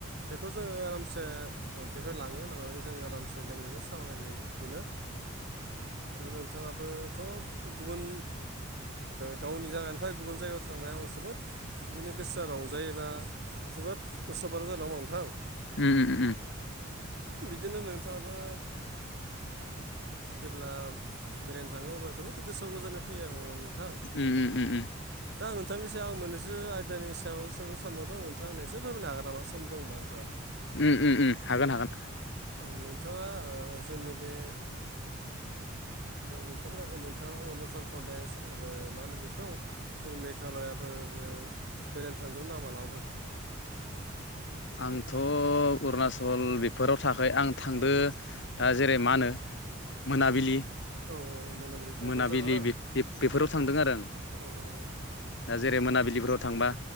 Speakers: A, on the right; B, on the left.
A: बेखौ जोङो आरामसे बेवहाय लाङो लांनानै जों आरामसे लोंहैयो सावरायलायायो बिदिनो आरो नोंथाङाबोथ' गुबुन। गावनि जायगानिफ्राय गुबुन जायगायाव थांनायाव जोबोद बिदिनो गोसो रंजायोबा जोबोद उस बार जानांग नोंथां
B: म, म,
A: बिदिनो नोंथाङाबो। जेब्ला बेरायनो थाङो अब्ला जोबोद गोसोआव गोजाननाय फैयो आरो। नोंथां
B: उ उ उ उ
A: दा नोंथांनि सायाव आं मोनैसो आयदानि सायाव सोंनो दं नोंथां होननो एसे फोरमायनो हागोन नामा सम दं बा नोंथां
B: म हागोन हागोन
A: औ नोंथाङा जोंनि बे नोंथांमोना नोंथाङा अरुणाचल प्रदेश आरो मा होनो बेखौ। मेघालयाफोर बेरायनो थांदों ना मालाबाफोर।
B: आंथ' अरुनााचल बेफोराव थाखै आं थांदो।
A: औ
B: दा जेरै मा होनो
A: औ
B: मोनाबिलि।
A: औ मोनाबिलि क'क्राझार
B: मोनाबिलि
A: हा
B: बेफोराव थांदों आरो आं
A: औ औ
B: दा जेरै मोनाबिलिफोराव थांबा।